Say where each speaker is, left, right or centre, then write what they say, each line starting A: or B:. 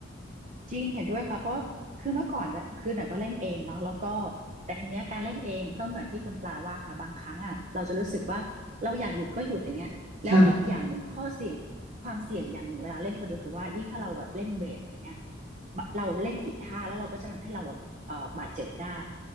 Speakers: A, on the right; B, on the right.
A: จริงเห็นด้วยค่ะเพราะว่าคือเมื่อก่อนคือหน่อยก็เล่นเองเนาะแล้วก็แต่ทีเนี้ยการเล่นเองก็เหมือนที่คุณปลาว่าค่ะบางครั้งอ่ะเราจะรู้สึกว่าเราอยากหยุดก็หยุดอย่างเงี้ยแล้วอีกอย่างหนึ่งข้อเสี่ยงความเสี่ยงอย่างหนึ่งเวลาเล่นคนเดียวคือว่ายิ่งถ้าเราแบบเล่นเวทอะไรเงี้ย
B: ค่ะ
A: เราเล่นผิดท่าแล้วเราก็จะทำให้เราแบบเอ่อบาดเจ็บได้